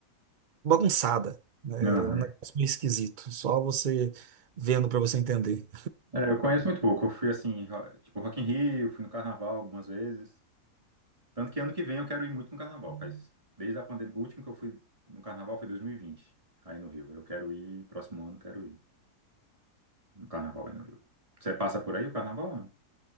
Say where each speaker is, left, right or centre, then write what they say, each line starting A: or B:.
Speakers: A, on the right (about 75°); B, on the right (about 20°).
A: bagunçada, né?
B: Aham.
A: É um negócio meio esquisito, só você vendo para você entender.
B: É, eu conheço muito pouco. Eu fui assim, ro- tipo Rock in Rio, fui no Carnaval algumas vezes. Tanto que ano que vem eu quero ir muito no Carnaval. Faz desde a pandemia, o último que eu fui no Carnaval foi 2020, aí no Rio. Eu quero ir, próximo ano quero ir no Carnaval aí no Rio. Você passa por aí o Carnaval, não?